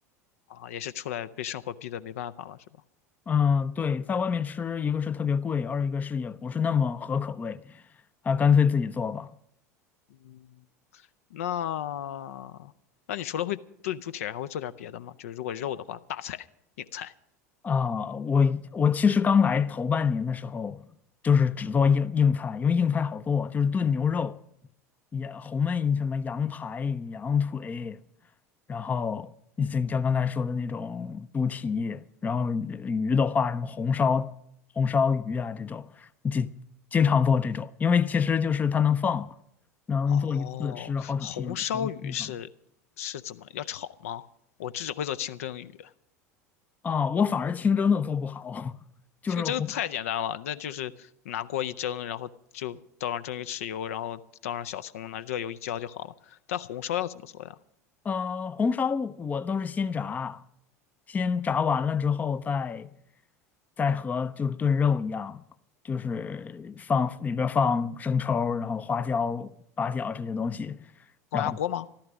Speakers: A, on the left (about 60°); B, on the left (about 20°).
A: 啊，也是出来被生活逼得没办法了，是吧？
B: 嗯，对，在外面吃，一个是特别贵，二一个是也不是那么合口味，啊，干脆自己做吧。
A: 嗯。那那你除了会炖猪蹄儿，还会做点别的吗？就是如果肉的话，大菜、硬菜。
B: 啊，我我其实刚来头半年的时候，就是只做硬硬菜，因为硬菜好做，就是炖牛肉，也红焖什么羊排、羊腿，然后你像像刚才说的那种猪蹄，然后鱼的话，什么红烧红烧鱼啊这种，经经常做这种，因为其实就是它能放，能做一次吃好几天，
A: 哦，红烧鱼是是怎么要炒吗？
B: 能经常
A: 我这只会做清蒸鱼，
B: 啊，我反而清蒸的做不好，<laughs> 就是红。
A: 清蒸太简单了，那就是拿锅一蒸，然后就倒上蒸鱼豉油，然后倒上小葱，拿热油一浇就好了。但红烧要怎么做呀？
B: 呃，红烧我都是先炸，先炸完了之后再再和就是炖肉一样，就是放里边儿放生抽儿然后花椒、八角这些东西，
A: 高压锅吗？
B: 然后